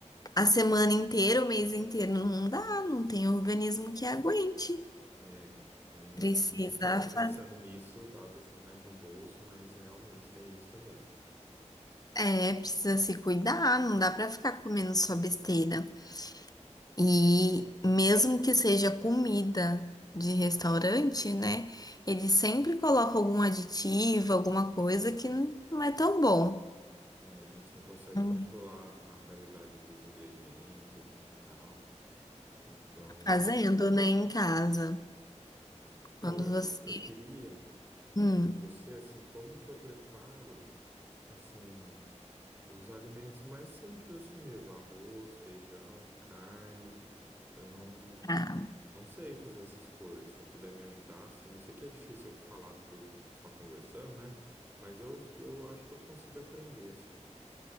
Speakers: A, on the left; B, on the right.
A: a semana inteira, o mês inteiro, não dá, não tem organismo que aguente.
B: É, eu não,
A: Precisa
B: nem estava
A: fazer,
B: pensando nisso, Tava pensando mais no bolso, mas realmente tem isso também.
A: é, precisa se cuidar, não dá pra ficar comendo só besteira. E mesmo que seja comida de restaurante, né? Ele sempre coloca algum aditivo, alguma coisa que n- não é tão bom
B: É, a gente não consegue
A: Hum.
B: controlar a qualidade dos ingredientes, né, tal. Então,
A: fazendo, né, em casa.
B: bem, então
A: Quando
B: eu,
A: você.
B: eu queria a
A: Hum,
B: ajuda de você, assim, como que eu preparo, assim, Os alimentos mais simples assim mesmo, arroz, feijão, carne. Eu não,
A: tá.
B: não sei fazer essas coisas. Se eu puder me ajudar, assim, eu sei que é difícil falar por só conversando, né? Mas eu, eu acho que eu consigo aprender assim.